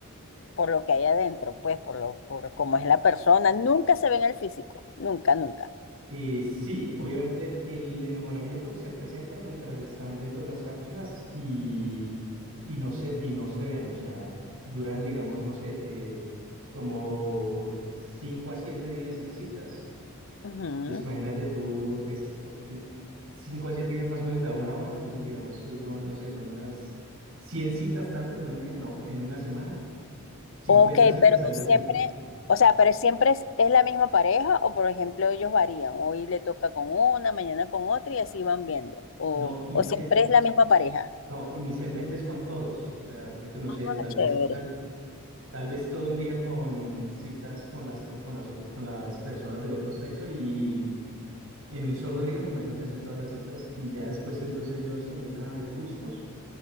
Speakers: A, on the left; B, on the right.
A: por lo que hay adentro, pues, por lo, por cómo es la persona. Nunca se ven el físico. Nunca, nunca.
B: Eh, sí, obviamente el enamoramiento se presenta mientras están dentro de las cápsulas y, y, no se, y no se ven, o sea, duran, digamos, no sé, eh, como 5 a 7 días en citas.
A: Ujú.
B: Entonces imagínate tú, pues, co- eh, cinco a siete días más o menos de a una hora, entonces digamos, tú son, no sé, son unas 100 citas tal vez en un día, no, en una semana, 50
A: Ok,
B: citas,
A: pero
B: algo
A: siempre,
B: así.
A: o sea, pero siempre es, es la misma pareja o por ejemplo ellos varían, hoy le toca con una, mañana con otra y así van viendo, o,
B: No, inicial.
A: o siempre es la misma pareja.
B: No, inicialmente es con todos, o sea, creo que no sé,
A: Ah,
B: tal
A: chévere.
B: vez citas Tal vez todo un día con citas con las, pe- con las, ot- con las personas del otro sexo y en un solo día me imagino que hacen todas las citas y ya después entonces ellos si empiezan a ver gustos,